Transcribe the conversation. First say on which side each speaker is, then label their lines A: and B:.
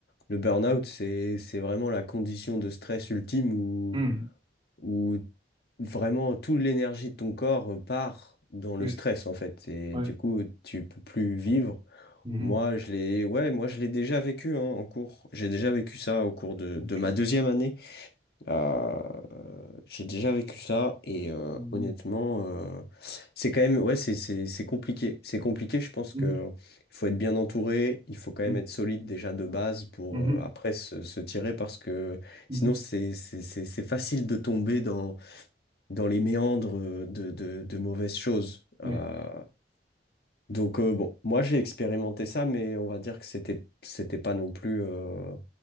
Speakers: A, on the left; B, on the right.
A: le burn-out, c'est, c'est vraiment la condition de stress ultime où,
B: Mhm.
A: où vraiment toute l'énergie de ton corps part dans le
B: Oui,
A: stress, en fait. Et
B: ouais.
A: du coup, tu peux plus vivre.
B: Mhm.
A: Moi, je l'ai, ouais, moi, je l'ai déjà vécu, hein, en cours. J'ai déjà vécu ça au cours de,
B: Ok.
A: de ma deuxième année. Euh, j'ai déjà vécu ça et euh,
B: Mhm.
A: honnêtement, euh, c'est quand même, ouais, c'est c'est- c'est compliqué. C'est compliqué, je pense
B: Mhm.
A: que il faut être bien entouré, il faut quand même
B: Mhm.
A: être solide déjà de base pour
B: Mhm.
A: euh, après se, se tirer parce que
B: Mhm.
A: sinon c'est c'est- c'est- c'est facile de tomber dans, dans les méandres euh, de, de, de mauvaises choses.
B: Oui,
A: Euh, donc euh, bon, moi j'ai expérimenté ça, mais on va dire que c'était c'était pas non plus euh,